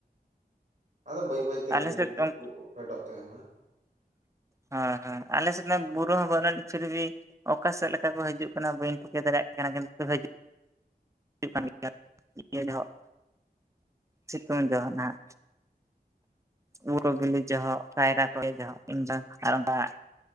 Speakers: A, on the right; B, on the right.
A: ᱟᱫᱚ ᱵᱟᱹᱭ ᱵᱟᱹᱭᱛᱮ
B: ᱟᱞᱮ
A: ᱵᱩᱨᱩ
B: ᱥᱮᱫ
A: ᱠᱷᱚᱡ
B: ᱦᱳᱭ
A: ᱠᱩ ᱯᱷᱮᱰᱚᱜ ᱛᱮᱦᱮᱱᱟ᱾ <inaudible>
B: ᱦᱮᱸ ᱦᱮᱸ ᱟᱞᱮ ᱥᱮᱱ ᱫᱚ ᱵᱩᱨᱩ ᱦᱚᱸ ᱵᱟᱹᱱᱩ ᱟᱱᱤ ᱯᱷᱤᱨᱵᱷᱤ ᱚᱠᱟ ᱥᱮᱫ ᱞᱮᱠᱟ ᱠᱚ ᱦᱤᱡᱩᱜ ᱠᱟᱱᱟ᱾ ᱵᱟᱹᱧ ᱴᱷᱤᱠᱟᱹ ᱫᱟᱲᱮᱭᱟᱜ ᱠᱟᱱᱟ ᱠᱤᱱᱛᱩ ᱦᱟᱹᱡᱩᱜ ᱦᱩᱭᱩᱜ ᱠᱟᱱ ᱜᱮᱭᱟ ᱤᱭᱟᱹ ᱡᱚᱦᱚᱜ ᱥᱤᱛᱩᱝ ᱡᱚᱦᱚᱜ ᱱᱟᱸᱜ ᱩᱞ ᱠᱚ ᱵᱤᱞᱤ ᱡᱚᱦᱚᱜ ᱠᱟᱭᱨᱟ <unintelligible>